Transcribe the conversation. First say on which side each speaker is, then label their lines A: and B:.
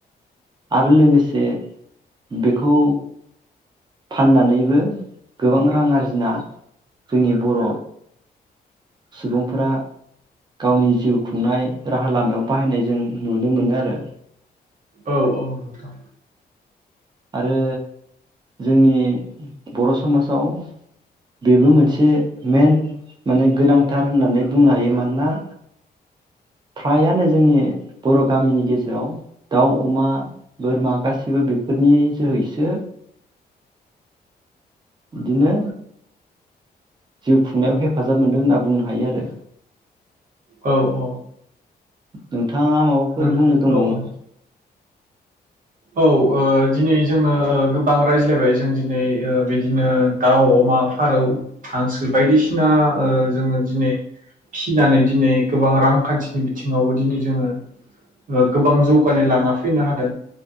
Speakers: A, on the right (about 25°); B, on the right (about 55°).
A: आरो लोगोसे बेखौ फाननानैबो गोबां रां आरजिना जोंनि बर' सुबुंफोरा गावनि जिउ खुंनाय राहा लामायाव जों नुनो मोनो आरो
B: औ औ नंगौ
A: आरो जोंनि बर समाजाव बेबो मोनसे मेन माने गोनांथार होननानै बुंनो हायो मानोना फ्रायानो जोंनि बर' गामिनि गेजेराव दाउ, अमा बोरमा गासैबो बेफोरनि जोहैसो बिदिनो जिउ खुंनायाव हेफा हेफाजाब मोनदों होनना बुंनो हायो आरो।
B: औ नोंथां औ औ
A: नोंथाङा माबाफोर
B: नों
A: बुंनो दंबावो
B: औ
A: नामा?
B: औ ओ दिनै जोङो गोबां रायज्लायबाय जों दिनै ओ बिदिनो दाउ अमा फारौ हांसो बायदिसि सिना ओ जोङो दिनै फिनानै दिनै गोबां रांखान्थिनि बिथिङावबो दिनै जोङो ओ गोबां जौगानाय लाना फैनो हादों।